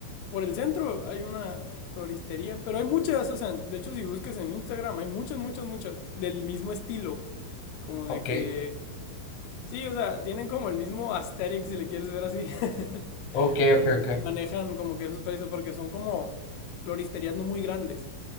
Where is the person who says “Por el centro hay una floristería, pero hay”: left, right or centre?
Left